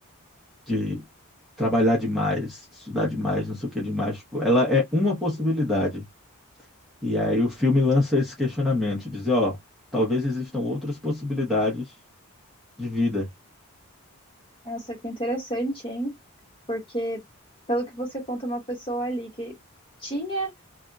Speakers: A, in the centre; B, on the left.
A: de trabalhar demais, estudar demais, não sei o que demais, tipo, ela é uma possibilidade E aí o filme lança esse questionamento, dizer, ó, talvez existam outras possibilidades de vida.
B: Nossa, que interessante, hein? Porque, pelo que você conta, uma pessoa ali que tinha